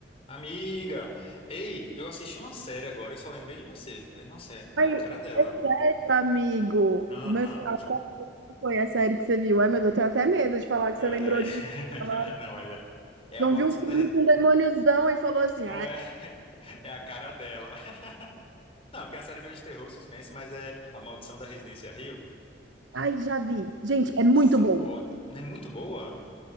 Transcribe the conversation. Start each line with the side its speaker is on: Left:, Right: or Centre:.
Left: Amiga, ei, eu assisti uma série agora e só lembrei de você. Falei, nossa, é, é
Right: Oi,
Left: a cara dela.
Right: esse amigo,
Left: Aham,
Right: mas qual foi a série que você viu? Ai, meu Deus, eu tenho até medo de falar que
Left: olha
Right: você lembrou
Left: aí.
Right: de
Left: <laughs>
Right: falar.
Left: Não, mas é, é
Right: Não
Left: a maldição
Right: viu um filme
Left: da. Res-
Right: com um demôniozão e falou assim:
Left: Não é, <laughs> é a cara dela. <laughs> Não, porque é uma série meio de terror, suspense, mas é a maldição da Residência Rio.
Right: ai, já vi. Gente,
Left: Nossa,
Right: é muito bom.
Left: ó, não é muito boa?